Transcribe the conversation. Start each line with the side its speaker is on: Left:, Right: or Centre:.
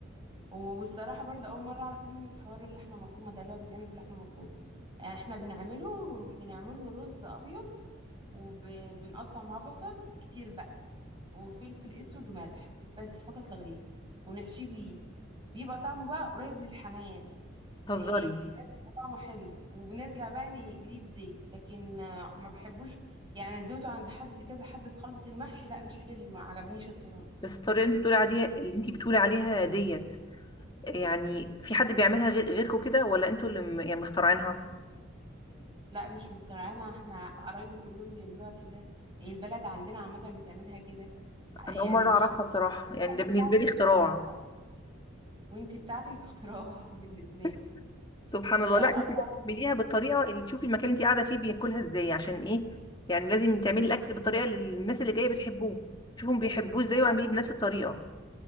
Right: والصراحه برضه اول مره اعرف منك حوار اللحمه المفرومه ده اللي هو بيتعمل باللحمه المفرومه احنا بنعمله بنعمل له رز ابيض وبنقطع معاه بصل كتير بقى وفلفل اسود وملح بس فقط لا غير ونحشيه بيه بيبقى طعمه بقى قريب للحمام
Left: هزاري
Right: إيه، ده بيبقى طعمه حلو وبنرجع بقى نقليه في زيت لكن آه، ما بحبوش يعني ادوته عند حد كذا حد بخلطة المحشي لا مش حلو ما عجبنيش الصراحة
Left: بس الطريقه اللي انت بتقولي عليها اللي انت بتقولي عليها ديت يعني في حد بيعملها غير غيركم كده ولا انتوا اللي م- يعني مخترعينها
Right: لا مش مخترعينها احنا قرايبي كلهم بيعملوها كده البلد عندنا عامة بتعملها كده يعني
Left: انا اول مره
Right: مش
Left: اعرفها
Right: حاسة
Left: بصراحه يعني
Right: ان
Left: ده بالنسبه
Right: بتاعتك
Left: لي اختراع
Right: انت اللي مخترعة وانت بتاعتك اختراع <laughs> بالنسبة
Left: <laughs>
Right: لي
Left: سبحان الله
Right: طب
Left: لا انت
Right: اصلا
Left: لازم تعمليها بالطريقه اللي تشوفي المكان اللي انت قاعده فيه بياكلها ازاي عشان ايه يعني لازم تعملي الاكل بالطريقه اللي الناس اللي جايه بتحبوه شوفهم بيحبوه ازاي
Right: ايوه
Left: واعمليه
Right: طبعا
Left: بنفس الطريقه